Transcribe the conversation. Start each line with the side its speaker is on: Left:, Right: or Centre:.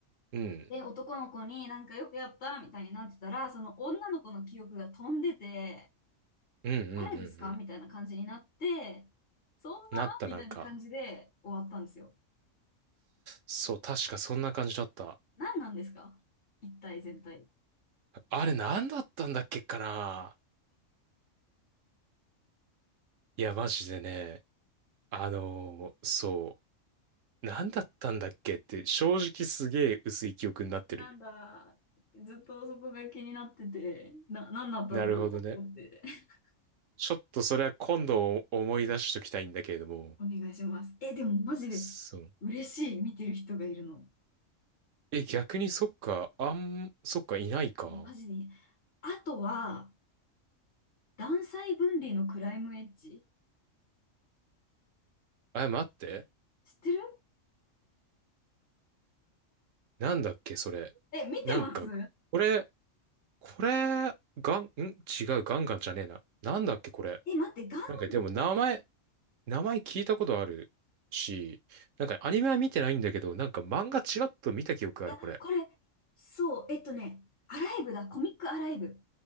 Right: うん。
Left: で、男の子になんかよくやったみたいになってたら、その女の子の記憶が飛んでて、
Right: うんうんうんうん。
Left: 誰ですかみたいな感じになって、そんなみたいな感じで終わったんですよ。
Right: なったなんか。そう、確かそんな感じだった。
Left: 何なんですか一体全体。
Right: あれ何だったんだっけかな。いや、マジでね。あのーそう。何だったんだっけって、正直すげえ薄い記憶になってる。
Left: なんだ、ずっとそこが気になってて、な、何だったんだろうと思って、
Right: なるほどね。
Left: <laughs>
Right: ちょっとそれは今度思い出しときたいんだけれども。
Left: お願いします。え、でもマジで
Right: そう。
Left: 嬉しい、見てる人がいるの。
Right: え、逆にそっか、あん、そっか、いないか。
Left: マジでいい。あとは、断裁分離のクライムエッジ。
Right: え、待って。
Left: 知ってる
Right: なんだっけ、それ。
Left: え、見てます
Right: なんか、これ、これ、ガン、ん違う、ガンガンじゃねえな。なんだっけ、これ。
Left: え、待って、ガン、い
Right: なんか、でも、名前、名前聞いたことあるし、なんか、アニメは見てないんだけど、なんか、漫画ちらっと見た記憶がある、
Left: や、
Right: これ。
Left: これ、そう、えっとね、アライブだ、コミックアライブ。